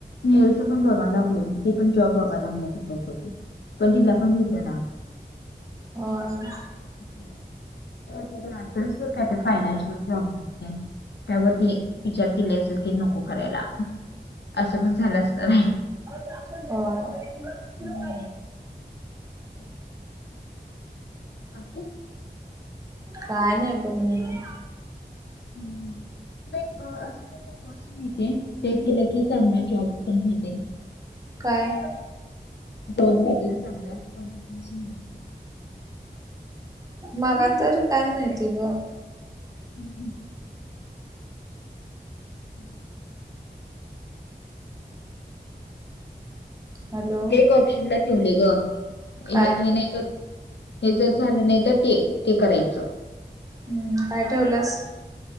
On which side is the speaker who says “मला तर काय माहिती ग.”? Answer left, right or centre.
Right